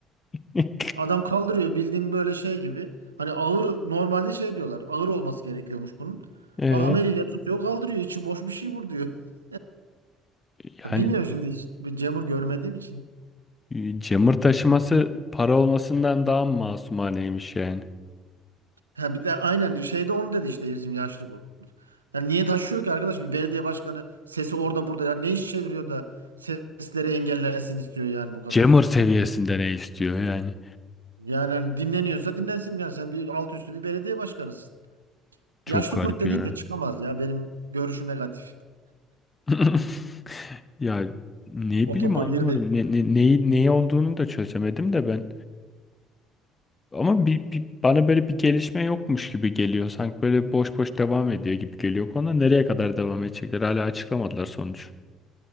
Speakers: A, on the left; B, on the right.
A: <laughs>
B: Adam kaldırıyor bildiğin böyle şey gibi. Hani ağır normalde şey diyorlar. Ağır olması gerekiyormuş bunun.
A: ee,
B: Adam eliyle tutuyor kaldırıyor. içi boş bir şey vur diyor. <laughs>
A: yani
B: Ya Bilmiyorum şimdi hiç bir Cemur görmediğim için.
A: e, Cemur taşıması para olmasından daha mı masumaneymiş yani.
B: Ha bir de aynen şeyde onu dedi işte bizim yaşlı kurt. Yani niye taşıyor ki arkadaş bir belediye başkanı sesi orada burada ya ne iş çeviriyor da sesleri engellensin istiyor yani bu kadar.
A: Cemur seviyesinde ne istiyor yani?
B: Yani hani dinleniyorsa dinlensin yani sen bir alt üstü bir belediye başkanısın.
A: Çok
B: Yaşlı
A: garip
B: kurt dediyse
A: ya.
B: çıkamaz ya benim görüşüm negatif.
A: <laughs> Ya ne
B: O
A: bileyim
B: topa
A: anlamadım.
B: girdi.
A: Ne, ne, neyi, neyi olduğunu da çözemedim de ben. Ama bir, bir- bana böyle bir gelişme yokmuş gibi geliyor. Sanki böyle boş boş devam ediyor gibi geliyor konu. Nereye kadar devam edecekler? Hala açıklamadılar sonuç.